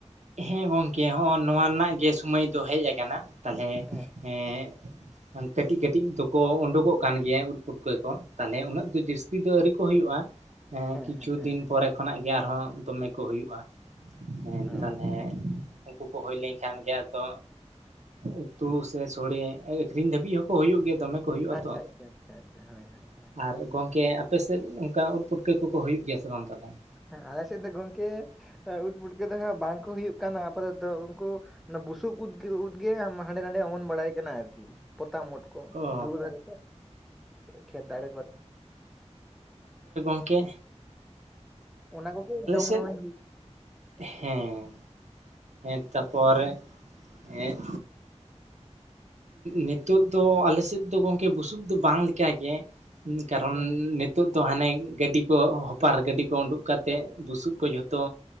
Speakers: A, on the right; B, in the centre.
A: ᱦᱮᱸ ᱜᱚᱝᱠᱮ ᱦᱚᱸ ᱱᱚᱣᱟ ᱨᱮᱱᱟᱜ ᱜᱮ ᱥᱚᱢᱚᱭ ᱫᱚ ᱦᱮᱡ ᱟᱠᱟᱱᱟ ᱛᱟᱦᱚᱞᱮ
B: ᱦᱮᱸ
A: ᱦᱮᱸ ᱠᱟᱹᱴᱤᱡ ᱠᱟᱹᱴᱤᱡ ᱫᱚᱠᱚ ᱩᱰᱩᱠᱚᱜ ᱠᱟᱱ ᱜᱮᱭᱟ ᱯᱩᱴᱠᱟᱹ ᱠᱚ ᱛᱟᱞᱦᱮ ᱩᱱᱟᱹᱜ ᱫᱚ ᱡᱟᱹᱥᱛᱤ ᱫᱚ ᱟᱹᱣᱨᱤ ᱠᱚ ᱦᱩᱭᱩᱜᱼᱟ
B: ᱦᱮᱸ
A: ᱠᱤᱪᱷᱩ
B: ᱦᱮᱸ ᱦᱮᱸ
A: ᱫᱤᱱ
B: ᱦᱮᱸ
A: ᱯᱚᱨᱮ ᱠᱷᱚᱱᱟᱜ ᱜᱮ ᱟᱨᱦᱚᱸ ᱫᱚᱢᱮ ᱠᱚ ᱦᱩᱭᱩᱜᱼᱟ ᱮᱸ
B: ᱚᱜ
A: ᱦᱮᱜ ᱩᱱᱠᱩ ᱠᱚ ᱦᱩᱭ ᱞᱮᱧ ᱠᱷᱟᱱ ᱜᱮ ᱟᱫᱚ ᱩᱛᱩ ᱥᱮ ᱥᱳᱲᱮ ᱟᱹ ᱟᱹᱠᱷᱨᱤᱧ ᱫᱷᱟᱹᱵᱤᱡ ᱦᱚᱸᱠᱚ ᱦᱩᱭᱩᱜ ᱜᱮᱭᱟ ᱫᱚᱢᱮ ᱠᱚ ᱦᱩᱭᱩᱜᱼᱟ
B: ᱟᱪᱪᱷᱟ
A: ᱛᱚ
B: ᱟᱪᱪᱷᱟ ᱟᱪᱪᱷᱟ ᱟᱪᱪᱷᱟ ᱦᱳᱭ ᱦᱳᱭ ᱦᱳᱭ
A: ᱟᱨ ᱜᱚᱢᱠᱮ ᱟ ᱟᱯᱮᱥᱮᱫ ᱚᱱᱠᱟ ᱩᱫ ᱯᱩᱴᱠᱟᱹ ᱠᱚᱠᱚ ᱦᱩᱭᱩᱜ ᱜᱮᱭᱟ ᱥᱮ ᱵᱟᱝ ᱛᱟᱦᱚᱞᱮ
B: ᱦᱮᱸ ᱟᱞᱮ ᱥᱮᱫ ᱫᱚ ᱜᱚᱝᱠᱮ ᱩᱫ ᱯᱩᱴᱠᱟᱹ ᱫᱚ ᱦᱟᱸᱜ ᱵᱟᱝᱠᱚ ᱦᱩᱭᱩᱜ ᱠᱟᱱᱟ ᱟᱯᱟᱫᱚᱛᱚ ᱩᱱᱠᱩ ᱚᱱᱟ ᱵᱩᱥᱩᱵ ᱩᱫ ᱩᱫ ᱜᱮ ᱦᱟᱸᱰᱮ ᱱᱟᱰᱮ ᱚᱢᱚᱱ ᱵᱟᱲᱟᱭ ᱠᱟᱱᱟ ᱟᱨᱠᱤ ᱯᱚᱛᱟᱢ ᱩᱫ ᱠᱚ
A: ᱚ
B: ᱵᱩᱨᱩ ᱨᱮᱫ ᱠᱷᱮᱛ ᱫᱟᱨᱮ ᱠᱚᱨᱮᱫ
A: ᱠᱮ
B: ᱚᱱᱟ ᱠᱚᱜᱮᱧ ᱡᱚᱢ
A: ᱥᱮᱫ
B: ᱱᱟᱹᱢᱟᱭ
A: ᱦᱮᱸ ᱦᱮᱸ ᱛᱟᱯᱚᱨᱮ ᱮᱫ ᱱᱤᱛᱚᱜ ᱫᱚ ᱟᱞᱮ ᱥᱮᱫ ᱫᱚ ᱜᱚᱝᱠᱮ ᱵᱩᱥᱩᱵ ᱫᱚ ᱵᱟᱝ ᱞᱮᱠᱟ ᱜᱮ ᱠᱟᱨᱚᱱ
B: ᱦᱮᱸ
A: ᱱᱤᱛ ᱱᱤᱛᱚᱜ ᱫᱚ ᱦᱟᱱᱮ ᱜᱟᱹᱰᱤ ᱠᱚ ᱦᱚᱯᱟᱨ ᱜᱟᱹᱰᱤ ᱠᱚ ᱩᱰᱩᱠ ᱠᱟᱛᱮᱫ ᱵᱩᱥᱩᱵ ᱠᱚ ᱡᱷᱚᱛᱚ